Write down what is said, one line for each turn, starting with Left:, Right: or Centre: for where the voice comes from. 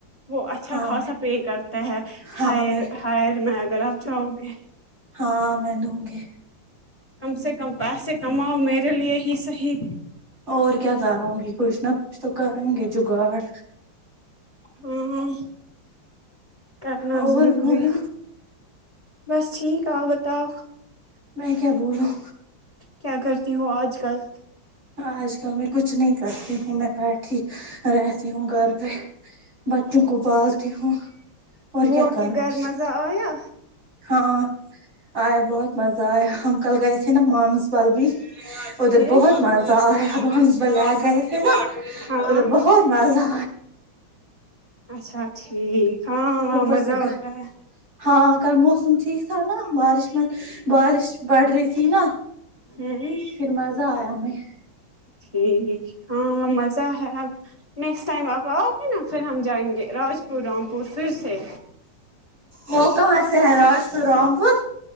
Left: وہ اچھا
Right: ہاں
Left: خاصا پے کرتا ہے
Right: ہاں میں
Left: ہائر میں اگر آپ چاہو گے
Right: ہاں میں دوں گی
Left: کم سے کم پیسے کماؤ میرے لیے ہی صحیح
Right: اور کیا کرونگی کچھ نہ کچھ تو کرونگی گے جگاڑ
Left: ہوں کرنا
Right: اور
Left: ضروری
Right: بولو
Left: بس ٹھیک آ بتاؤ
Right: میں کیا بولوں
Left: کیا کرتی ہو آج کل
Right: آج کل میں کچھ کچھ نہیں کرتی ہوں میں بیٹھی رہتی ہوں گھر پہ بچوں کو پالتی ہوں اور
Left: بوا
Right: کیا کرونگی
Left: کے گھر مزہ آیا
Right: ہاں آیا
Left: تو
Right: بہت مزہ آیا ہم کل گئے تھے نا مامس بال بھی ادھر
Left: پھر
Right: بہت مزہ آیا <unintelligible> بان سب لے گئے تھے نا
Left: ہاں
Right: ادھر بہت بازا
Left: اچھا ٹھیک ہاں وہاں
Right: اوپر
Left: مزہ
Right: سے گھر
Left: ہوتا ہے
Right: ہاں کل موسم ٹھیک تھا نا بارش میں بارش پڑ رہی تھی نا
Left: ہوں ہ
Right: پھر مزہ آیا ہمیں
Left: ٹھیک ہاں وہ مزہ ہے اب نیکسٹ ٹائم آپ آؤ گے نا پھر ہم جائیں گے راجپور رام پور پھر سے
Right: وہ کہاں سے ہے راست رامپور